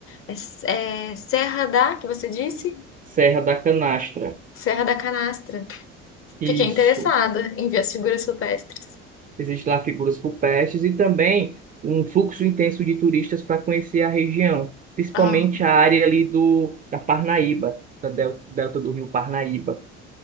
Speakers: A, on the left; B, on the right.
A: É, S- é Serra da, que você disse?
B: Serra da Canastra.
A: Serra da Canastra.
B: Isso.
A: Fiquei interessada em ver as figuras rupestres.
B: Existem lá figuras rupestres e também um fluxo intenso de turistas para conhecer a região, principalmente
A: Ah,
B: a área ali do, da Parnaíba, da del- delta do rio Parnaíba.